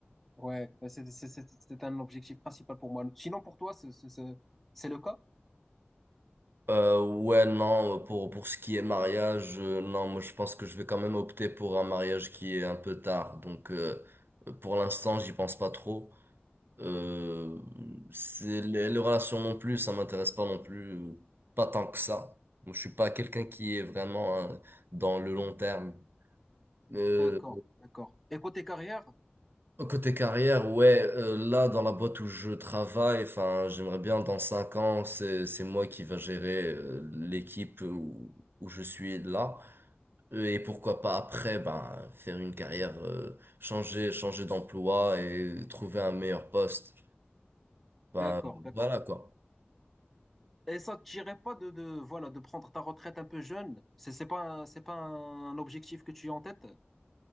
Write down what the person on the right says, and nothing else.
Euh, ouais, non, euh, pour, pour ce qui est mariage, euh, non, moi je pense que je vais quand même opter pour un mariage qui est un peu tard. Donc euh, pour l'instant, j'y pense pas trop. Euh, c'est, les, les relations non plus, ça m'intéresse pas non plus. euh, Pas tant que ça. Moi, je suis pas quelqu'un qui est vraiment hein, dans le long terme. Euh,
Côté carrière, ouais, euh, là dans la boîte où je travaille, enfin, j'aimerais bien dans cinq ans, c'est c'est moi qui va gérer euh, l'équipe où, où je suis là. Euh, Et pourquoi pas après, ben, faire une carrière, euh, changer changer d'emploi et trouver un meilleur poste. Ben,
voilà quoi.